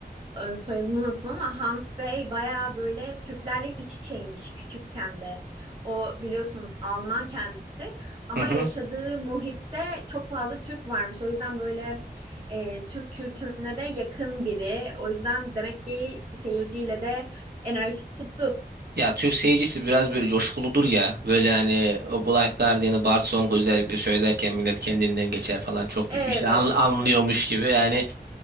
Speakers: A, on the right; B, on the right.
A: e, soyadını unuttum ama Hans Bey bayağı böyle Türklerle iç içeymiş küçükken de. O biliyorsunuz Alman kendisi ama
B: Hı hı.
A: yaşadığı muhitte çok fazla Türk varmış. O yüzden böyle e, Türk kültürüne de yakın biri. O yüzden demek ki seyirciyle de enerjisi tuttu.
B: Ya Türk seyircisi biraz böyle coşkuludur ya. Böyle hani o Blind Guardian'ı Bart Song özellikle söylerken millet kendinden geçer falan çok
A: Evet,
B: bir şey an- anlıyormuş
A: evet.
B: gibi. Yani